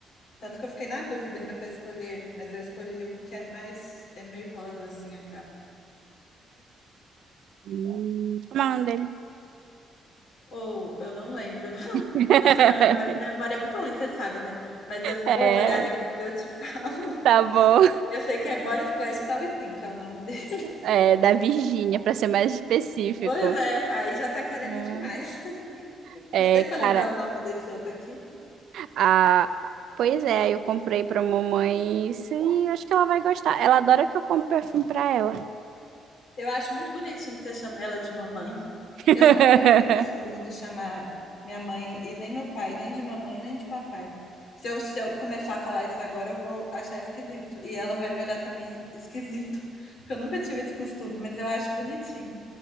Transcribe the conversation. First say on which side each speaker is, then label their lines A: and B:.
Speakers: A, on the left; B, on the right.
A: Tanto que eu fiquei na dúvida ainda para escolher, mas eu escolhi um que é mais é meio rosa assim a capa.
B: hum, como é o nome dele?
A: Ou eu não lembro. <laughs>
B: <laughs>
A: Nossa, minha memória, minha memória é muito ruim, você sabe, né? Mas eu vou
B: É,
A: olhar depois, eu te falo. <laughs>
B: tá bom.
A: Eu sei que é Body Splash da Whippin, que é o nome dele. <laughs>
B: é, da Virgínia, para ser mais específico.
A: Pois é, aí já tá querendo
B: É.
A: demais. <laughs>
B: É,
A: Custei pra lembrar
B: cara,
A: o nome desse outro aqui.
B: a... pois é, eu comprei pra mamãe. isso e acho que ela vai gostar. Ela adora que eu compre perfume pra ela.
A: Eu acho muito bonitinho que você chama ela de mamãe.
B: <laughs>
A: Eu não tenho esse costume de chamar minha mãe e nem meu pai, nem de mamãe, nem de papai. Se eu, se eu começar a falar isso agora, eu vou achar esquisito. E ela vai me olhar também esquisito, porque eu nunca tive esse costume, mas eu acho bonitinho.